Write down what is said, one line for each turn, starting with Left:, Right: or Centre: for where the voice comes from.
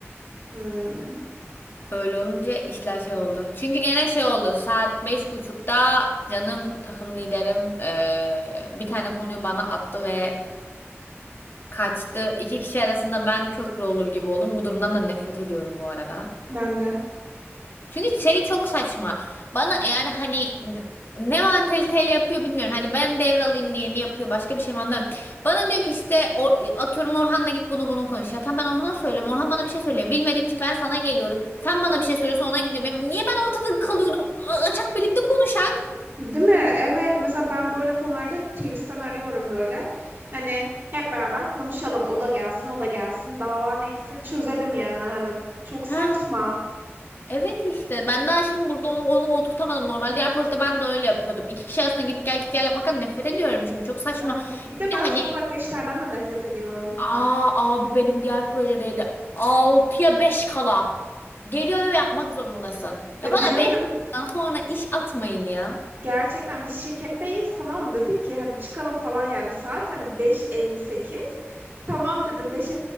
Right: Hmm,
Left: Öyle olunca işler şey oldu. Çünkü gene şey oldu. Saat beş buçukta canım takım liderim eee, bir tane konuyu bana attı ve kaçtı. İki kişi arasında ben köprü olur gibi oldum. Bu durumdan da nefret ediyorum bu arada.
Right: ben de.
Left: Çünkü şey çok saçma. Bana yani hani d- ne mantaliteyle yapıyor bilmiyorum. Hani ben devralayım diye mi yapıyor başka bir şey mi anlamıyorum. Bana diyor ki işte o- atıyorum Orhan'la git bunu bunu konuş. Ya tamam ben Orhan'a söylüyorum. Orhan bana bir şey söylüyor. Bilmediğim için ben sana geliyorum. Sen bana bir şey söylüyorsun ona gidiyorum. Ya niye ben ortada kalıyorum? A- Açak birlikte konuşak.
Right: Değil mi? Evet. Mesela ben böyle konularda hep Teams'ten arıyorum böyle. Hani hep beraber konuşalım. O da gelsin, o da gelsin. Dava neyse çözelim yani. Hani çok saçma.
Left: Ha evet işte ben daha şimdi burada onu, onu oturtamadım. Normal diğer projede ben de öyle yapıyordum. İki kişi arasında git gel git gel yapmaktan nefret ediyorum çünkü çok saçma.
Right: Aynen. Bir de
Left: Bir
Right: ben
Left: de hani
Right: son dakika işlerden de nefret ediyorum.
Left: Aa abi benim diğer projedeydi. 6'ya 5 kala. Geliyor ve yapmak zorundasın.
Right: Ve
Left: Ya bana
Right: benim
Left: 5
Right: de
Left: buçuktan sonra iş atmayın ya.
Right: Gerçekten biz şirketteyiz tamam mı? Dedik ki hadi çıkalım falan yani saat hani beş elli sekiz Tamam dedim 5